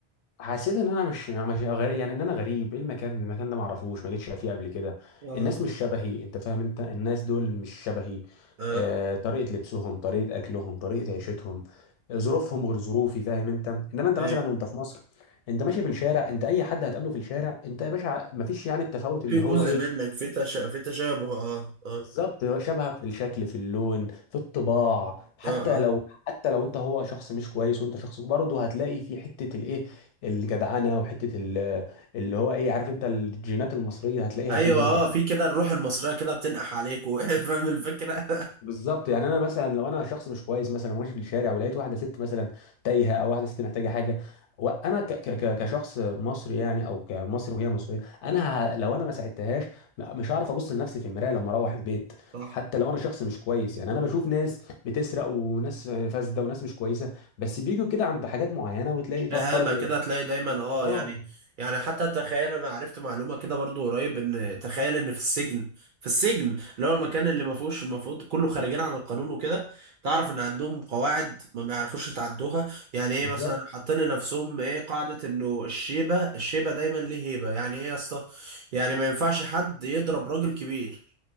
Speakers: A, on the left; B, on the right.
A: حسيت ان انا مش مش غريب يعني ان انا غريب ايه المكان المكان ده ما اعرفوش ما جيتش فيه قبل كده
B: اه
A: الناس مش شبهي انت فاهم انت الناس دول مش شبهي
B: اه
A: آه طريقه لبسهم طريقه اكلهم طريقه عيشتهم آه، ظروفهم غير ظروفي فاهم انت انما انت
B: ايوه
A: مثلا وانت في مصر انت ماشي في الشارع انت اي حد هتقابله في الشارع انت يا باشا ما فيش يعني التفاوت
B: في
A: اللي
B: جزء
A: هو ايه
B: منك في تشا في تشابه اه اه
A: بالظبط هو شبهك في الشكل في اللون في الطباع حتى
B: اه اه
A: لو حتى لو انت هو شخص مش كويس وانت شخص برضه هتلاقي في حته الايه الجدعنه وحته ال- اللي هو ايه عارف انت الجينات المصريه هتلاقيها
B: ايوه
A: فيه برضه
B: اه في كده الروح المصريه كده بتنقح عليك و- <laughs> فاهم الفكره
A: بالظبط يعني انا مثلا لو انا شخص مش كويس مثلا ماشي في الشارع ولقيت واحده ست مثلا تايهه او واحده ست محتاجه حاجه وانا ك ك ك- كشخص مصري يعني او كمصري وهي مصريه انا ه- لو انا ما ساعدتهاش م- مش هعرف ابص لنفسي في المرايه لما اروح البيت
B: <laughs> صح
A: حتى لو انا شخص مش كويس يعني انا بشوف ناس بتسرق وناس فاسده وناس مش كويسه بس بيجوا كده عند حاجات معينه وتلاقي طا-
B: شهامة
A: خرج الانسان
B: كده هتلاقي دايما اه
A: اه
B: يعني يعني حتى تخيل انا عرفت معلومة كده برضو قريب ان تخيل ان في السجن في السجن اللي هو المكان اللي ما فيهوش المفروض كله خارجين عن القانون وكده تعرف ان عندهم قواعد ما بيعرفوش يتعدوها يعني ايه
A: بالظبط
B: مثلا حاطين لنفسهم ايه قاعدة انه الشيبة الشيبة دايما ليه هيبة يعني ايه يا اسطى يعني ما ينفعش حد يضرب راجل كبير